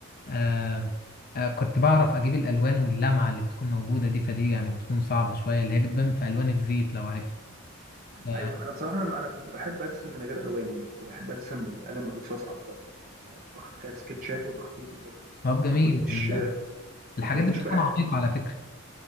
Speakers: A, on the left; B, on the right.
A: آه، آه، كنت بعرف اجيب الالوان واللمعه اللي بتكون موجوده دي فدي يعني بتكون صعبه شويه اللي هي بتبان في الوان الزيت لو عارفها آه،
B: ايوه انا بصراحه انا انا كنت بحب ارسم من غير الوان يعني كنت بحب ارسم بالقلم الرصاص اكتر يعني كنت أخد كده سكتشات وتخطيط وكده
A: طب جميل
B: ما كنتش
A: ال-
B: ما
A: الحاجات
B: كنتش
A: دي بتكون
B: بحب
A: عميقه على فكره